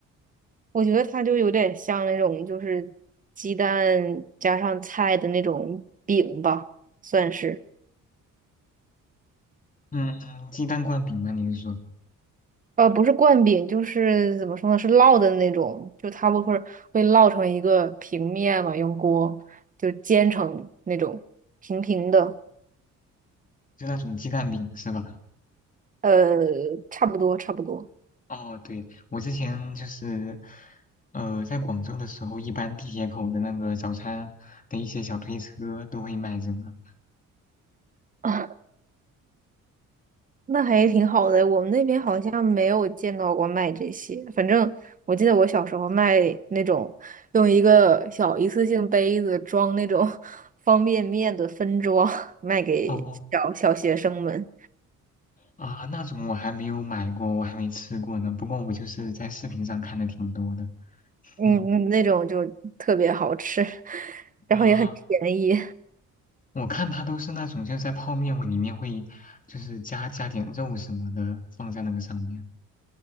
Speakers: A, on the right; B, on the left.
A: 我觉得它就有点像那种就是鸡蛋加上菜的那种饼吧，算是。
B: 嗯，鸡蛋灌饼吗？你是说
A: 呃，不是灌饼，就是怎么说呢，是烙的那种，就它不会会烙成一个平面嘛，用锅就煎成那种平平的。
B: 就那种鸡蛋饼是吧？
A: 呃，差不多，差不多。
B: 哦，对，我之前就是，呃，在广州的时候，一般地铁口的那个早餐的一些小推车都会卖这个。
A: 啊，那还挺好的。我们那边好像没有见到过卖这些。反正我记得我小时候卖那种用一个小一次性杯子装那种 <laughs> 方便面的分装，卖给小小学生们。
B: 哦啊，那种我还没有买过，我还没吃过呢。不过我就是在视频上看的挺多的。
A: 嗯，
B: 嗯
A: 嗯那种就特别好吃，<laughs> 然后也很便宜。
B: 啊，我看它都是那种就是在泡面里面会就是加加点肉什么的放在那个上面。